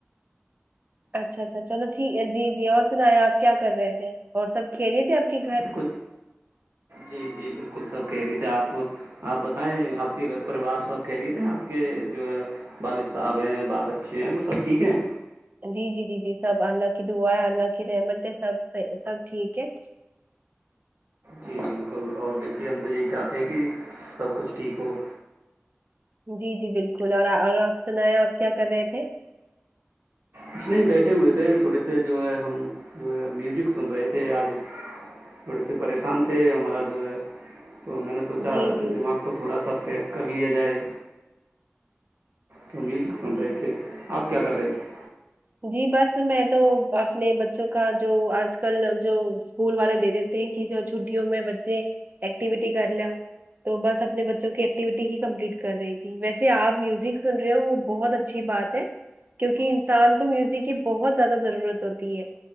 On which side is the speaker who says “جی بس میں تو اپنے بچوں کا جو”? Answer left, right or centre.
Right